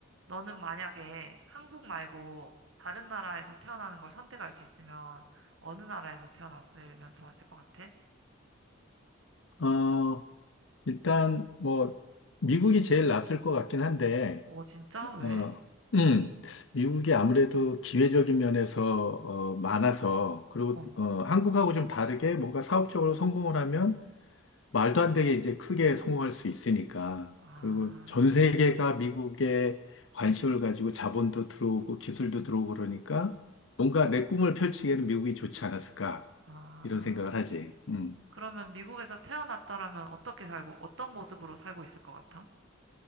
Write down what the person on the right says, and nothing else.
너는 만약에 한국 말고 다른 나라에서 태어나는 걸 선택할 수 있으면 어느 나라에서 태어났으면 좋았을 것 같아?
어, 진짜? 왜?
어.
아,
아.
그러면 미국에서 태어났더라면 어떻게 살고, 어떤 모습으로 살고 있을 것 같아?